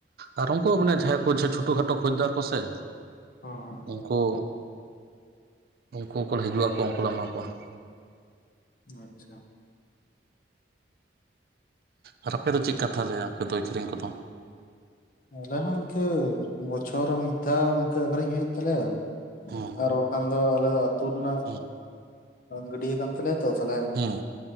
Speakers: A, on the right; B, on the left.
A: ᱟᱨ ᱩᱱᱠᱩ ᱢᱟᱱᱮ ᱡᱟᱦᱟᱸᱭ ᱠᱚ ᱪᱷᱚᱴᱳ ᱠᱷᱟᱴᱳ ᱠᱷᱚᱡᱽᱫᱟᱨ ᱠᱚ ᱥᱮ,
B: ᱚᱸ
A: ᱩᱱᱠᱩ ᱩᱱᱠᱩ ᱠᱚᱠᱚ ᱦᱤᱡᱩᱜ ᱟᱠᱚ ᱩᱱᱠᱩ ᱞᱮ ᱮᱢᱟ ᱠᱚᱣᱟ ᱾
B: ᱟᱪᱪᱷᱟ
A: ᱟᱨ ᱟᱯᱮ ᱫᱚ ᱪᱮᱫ ᱠᱟ ᱛᱟᱦᱞᱮ ᱟᱯᱮ ᱫᱚ ᱟᱹᱠᱷᱨᱤᱧ ᱠᱚᱫᱚ?
B: ᱟᱞᱮ ᱦᱚᱸ ᱤᱱᱠᱟᱹ ᱵᱚᱪᱷᱚᱨ ᱨᱮ ᱢᱤᱫ ᱫᱷᱟᱣ ᱤᱱᱠᱟᱹ ᱟᱠᱷᱨᱤᱧ ᱦᱩᱭᱩᱜ ᱛᱟᱞᱮᱭᱟ ᱾
A: ᱦᱮᱸ
B: ᱟᱨ ᱵᱟᱠᱷᱟᱱ ᱫᱚ ᱟᱞᱮ ᱫᱚ ᱟᱹᱛᱩ ᱨᱮᱱᱟᱜ
A: ᱦᱮᱸ
B: ᱜᱟᱹᱰᱭᱟᱹ ᱠᱟᱱ ᱛᱟᱞᱮᱭᱟ ᱛᱚ ᱛᱟᱞᱮ
A: ᱦᱮᱸ